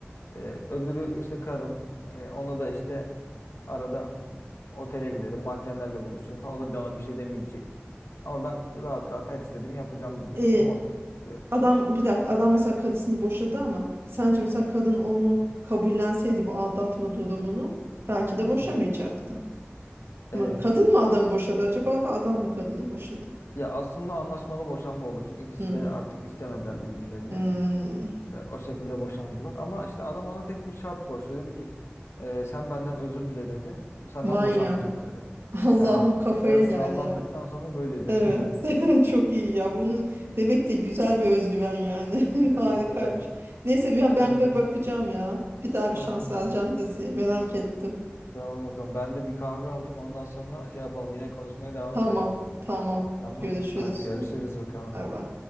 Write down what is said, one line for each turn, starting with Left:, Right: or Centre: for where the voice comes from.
Left: Ee, öbürü işte karım. Ee, ona da işte arada otele giderim, mankenlerle buluşurum falan. O da bana bir şey demeyecek. Ama ben rahat rahat her istediğimi yapacağım gibi.
Right: E,
Left: O modda takılıyor.
Right: Adam bir dakika adam mesela karısını boşadı ama sence mesela kadın onu kabullenseydi bu aldatma durumunu belki de
Left: Hı hı.
Right: boşamayacaktı.
Left: Evet.
Right: Mı? Kadın mı adamı boşadı acaba o da adam mı kadını boşadı?
Left: Ya aslında anlaşmalı boşanma oldu. Çünkü ikisi
Right: Hmm.
Left: de artık istemediler birbirlerini.
Right: Hmm.
Left: Ve o şekilde boşandılar. Ama işte adam ona tek bir şart koştu. Dedi ki "Ee, sen benden özür dile dedi. Senden
Right: Manyak.
Left: boşanmayacağım dedi.
Right: <laughs> Allah'ım
Left: Yani
Right: kafaya
Left: karısını
Right: gel
Left: aldattıktan
Right: ya.
Left: sonra böyle dedi
Right: Evet.
Left: yani.
Right: <laughs> Çok iyi ya. Bunu demek de güzel bir özgüven yani.
Left: Evet
Right: <laughs> Harikaymış.
Left: evet.
Right: Neyse ben
Left: Öyle.
Right: ben bir bakacağım ya. Bir daha bir
Left: Aha.
Right: şans vereceğim diziye. Merak ettim.
Left: Tamam bakalım. Ben de bir kahve alayım. Ondan sonra şey yapalım. Yine konuşmaya devam
Right: Tamam.
Left: edelim.
Right: Tamam.
Left: Tamam.
Right: Görüşürüz.
Left: Hadi görüşürüz
Right: Hadi.
Left: bakalım.
Right: Bay bay.